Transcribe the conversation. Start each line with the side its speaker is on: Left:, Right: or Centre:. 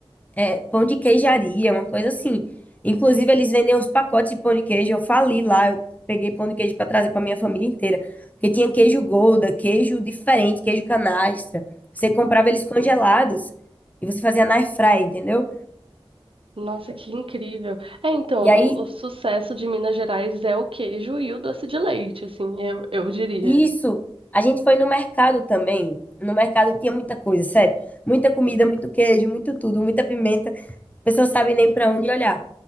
Left: é, pão de queijaria, uma coisa assim. Inclusive, eles vendem os pacotes de pão de queijo. Eu fali lá, eu peguei pão de queijo para trazer para minha família inteira. Porque tinha queijo Gouda, queijo diferente, queijo canastra. Você comprava eles congelados
Right: Sim.
Left: e você fazia na airfryer, entendeu?
Right: Nossa, que incrível. É, então,
Left: E
Right: o,
Left: aí,
Right: o sucesso de Minas Gerais é o queijo e o doce de leite, assim, eu, eu diria.
Left: isso, a gente foi no mercado também. No mercado tinha muita coisa, sério. Muita comida, muito queijo, muito tudo, muita pimenta. A pessoa sabe nem para onde olhar.